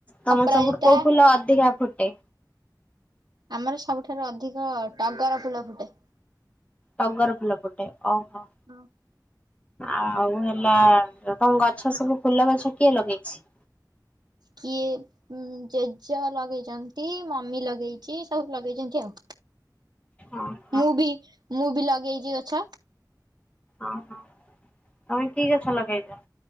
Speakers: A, on the left; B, on the right.
A: ତମର
B: ଅପରାଜିତା
A: ସବୁଠୁ କୋଉ ଫୁଲ ଅଧିକା ଫୁଟେ?
B: ଆମର ସବୁଠାରୁ ଅଧିକ ଟଗର ଫୁଲ ଫୁଟେ।
A: ଟଗର ଫୁଲ ଫୁଟେ। ଓହୋ।
B: ହଁ।
A: ଆଉ ହେଲା ତମ ଗଛ ସବୁ ଫୁଲ ଗଛ କିଏ ଲଗେଇଛି?
B: କିିଏ ଉମ୍ ଜେଜ ଲଗେଇଚନ୍ତି, ମମି ଲଗେଇଚି, ସବୁ ଲଗେଇଚନ୍ତି ଆଉ।
A: ଓହୋ
B: ମୁଁ ବି ମୁଁ ବି ଲଗେଇଚି ଗଛ।
A: ଉଁ ହୁଁ। ତମେ କି ଗଛ ଲଗେଇଚ?